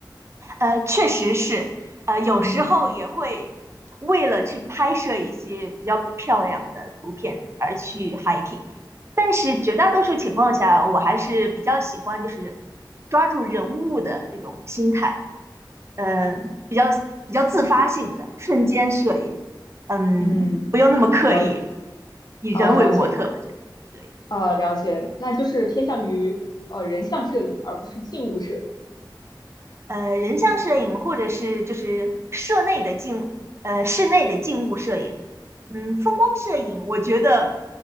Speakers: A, on the right; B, on the left.
A: 呃，确实是，呃，有时候也会为了去拍摄一些比较漂亮的图片而去
B: 嗯
A: hiking，但是绝大多数情况下，我还是比较喜欢就是抓住人物的那种心态，呃，比较比较自发性的瞬间摄影，嗯，
B: 嗯，
A: 不用那么刻意，
B: 了
A: 以人为模特的这样子的摄影。
B: 啊、了解啊、了解，那就是偏向于呃人像摄影，而不是静物摄影。
A: 呃，人像摄影或者是就是室内的静，呃，室内的静物摄影，嗯，风光摄影，我觉得